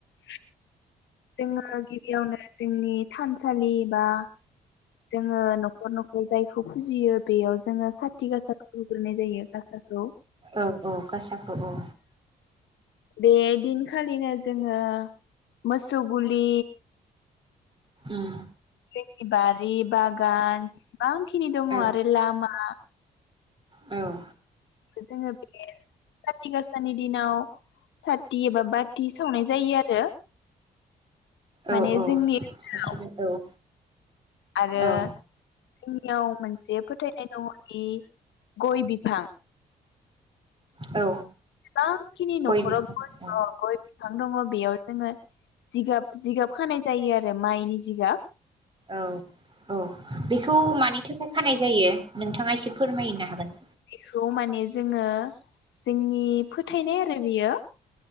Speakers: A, on the left; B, on the right.
A: जोङो गिबिआवनो जोंनि थानसालि बा जोङो नखर नखर जायखौ फुजियो बेयाव ज' जोङो साथि गासाखौ नाय जायो गासाखौ
B: औ औ गसाखौ औ
A: बे दिनखालिनो जोङो मोसौ गुलि
B: ओम
A: <unintelligible> बारि बागान बांखिनि दङ
B: औ
A: आरो लामा
B: औ
A: जोङो बे साथि गासानि दिनाव साथि एबा बाथि सावनाय जायो आरो माने
B: औ औ
A: जोंनि ओनसोलाव
B: सखिबाय औ
A: आरो
B: औ
A: जोंनियाव मोनसे फोथायनाय दङ। दि गय बिफा
B: औ
A: बां खिनि नखराव
B: बिफां
A: गय
B: औ
A: दं गय बि बिफां दङ बेयाव जोङो जिगाब जिगाब खानाय जायो आरो माइनि जिगाब
B: औ औ बेखौ मानि थोखाय खानाय जायो? नोंथाङा एसे फोरमायहैनो हागोन
A: खौ माने जोङो जोंनि फोथायनाय आरो बियो